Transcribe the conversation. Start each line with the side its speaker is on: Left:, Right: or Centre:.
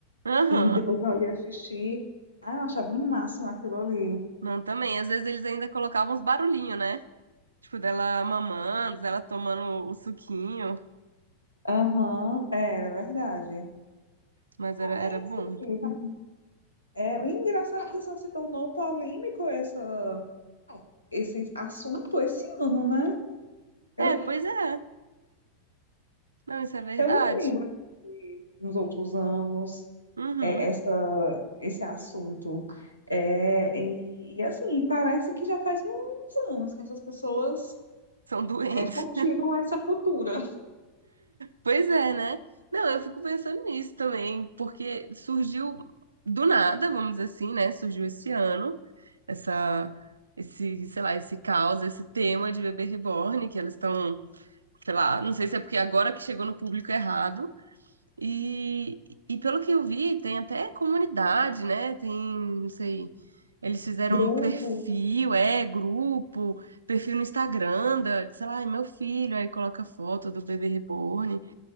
Right: Aham.
Left: e depois fazia xixi. Ah, eu achava um máximo aquilo ali.
Right: Não, também. Às vezes eles ainda colocavam uns barulhinhos, né? Tipo, dela mamando, dela tomando o suquinho.
Left: Aham, era verdade.
Right: Mas era,
Left: Ah, É
Right: era
Left: isso
Right: bom.
Left: mesmo. É o engraçado é que só se tornou polêmico essa, esse assunto esse ano, né? Eu,
Right: É, pois é. Não, isso é verdade.
Left: eu não lembro de- nos outros anos.
Right: Uhum.
Left: é, essa, esse assunto. É, e, e, assim, parece que já faz uns anos que essas pessoas
Right: São doentes.
Left: é, cultivam essa cultura.
Right: Pois é, né? Não, eu fico pensando nisso também, porque surgiu do nada, vamos dizer assim, né? Surgiu esse ano, essa, esse, sei lá, esse caos, esse tema de Bebê Reborn, que elas estão, sei lá, não sei se é porque agora que chegou no público errado. E, e pelo que eu vi, tem até comunidade, né? Tem, não sei, eles fizeram
Left: Grupos,
Right: um perfil, é, grupo, perfil no Instagram, da, sei lá, é meu filho, aí coloca foto do Bebê Reborn.